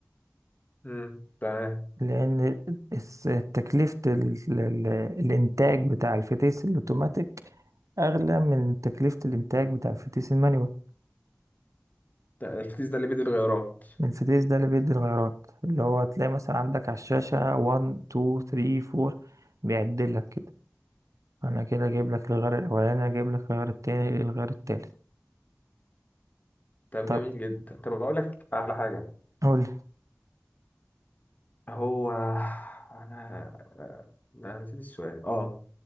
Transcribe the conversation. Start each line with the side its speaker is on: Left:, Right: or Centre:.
Left: امم تمام
Right: لان الس- تكلفة ال- ال- الانتاج بتاع الفتيس الاوتوماتيك اغلى من تكلفة الانتاج بتاع الفتيس المانيوال
Left: ده الكيس ده اللي بيد الغيارات
Right: الانفتيز ده اللي بيدي الغيارات اللي هو تلاقي مثلا عندك على الشاشة 1 2 3 4 بيعدل لك كده انا كده جايب لك الغيار الاولاني جايب لك الغيار التاني الغيار التالت
Left: طب
Right: طب
Left: جميل جدا طب اقول لك على حاجه
Right: قول لي
Left: هو انا انا نسيت السؤال اه